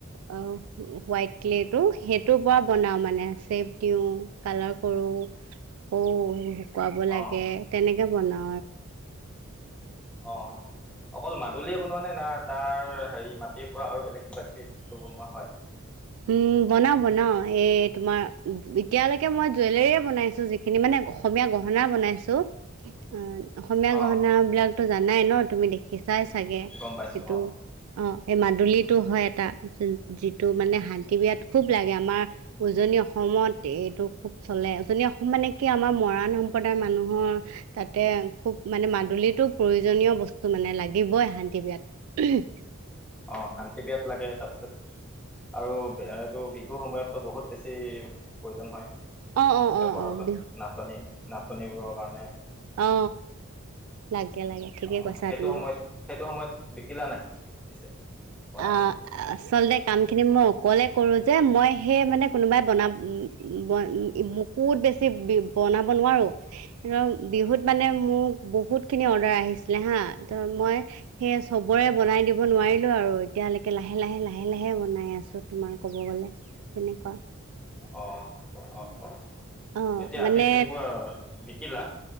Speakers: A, on the right (about 80°); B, in the centre.
A: হোৱাইট ক্লেটো সেইটোৰ পৰা বনাওঁ মানে চেপ দিওঁ কালাৰ কৰোঁ।
B: <inaudible>
A: আকৌ শুকুৱাব লাগে
B: অ
A: তেনেকে বনাও।
B: অ অকল মাত- দলিয়ে বনোৱা নে নাই তাৰ হেৰি মাটিৰ পৰা আৰু বেলেগ কিবাকিবি বস্তু বনোৱা হয়।
A: উম বনাও বনাও এই তোমাৰ এতিয়ালৈকে মই জুৱেলৰে বনাইছো যিখিনি মানে অসমীয়া গহনা বনাইছো অ। অসমীয়া
B: অ
A: গহনা বিলাকতো জানাই ন তুমি দেখিছাই চাগে
B: গম পাইছো
A: এইটো
B: অ
A: অ। এই মাদুলী হয় এটা যিটো মানে শান্তিব বিৰাত খুব লাগে আমাৰ উজনি অসমত এইটো খুব চলে উজনি অসম মানে কি আমাৰ মৰাণ সম্প্ৰদায়ৰ মানুহৰ তাতে খুব মানে মাদুলীতো প্ৰয়োজনীয় বস্তু মানে লাগে। লাগিবই শান্তি বিয়াত উঁহুম।
B: অ শান্তি বিয়াত লাগে তাৰপিছত আৰু এইটো বিহু সময়তো বহুত বেছি বেছি প্ৰয়োজন হয়
A: অঁ অঁ
B: প্ৰতেকৰৰ
A: অঁ অঁ বিহু
B: নাচনী নাচনীবোৰৰ কাৰণে।
A: অ লাগে। লাগে ঠিকেই
B: অ
A: কৈছা
B: সেইটো
A: তুমি
B: সময়ত সেইটো সময়ত বিকিলা নাই পিছে। বনাই
A: অ
B: মেলি
A: আচলতে। কামখিনি মই অকলে কৰোঁ যে মই সেই মানে কোনোবাই বনা বন বহুত। বেছি বি বনাব নোৱাৰো ৰ বিহুত মানে মোক বহুতখিনি অৰ্ডাৰ আহিছিলে। হা ত মই সেই চবৰে বনাই দিব নোৱাৰিলো আৰু। এতিয়ালৈকে লাহে লাহে লাহে লাহে বনাই আছোঁ তোমাৰ ক'ব গ'লে তেনেকুৱা।
B: অঁ অঁ অঁ।
A: অঁ
B: এতিয়া
A: মানে
B: আজি যোনবোৰ বিকিলা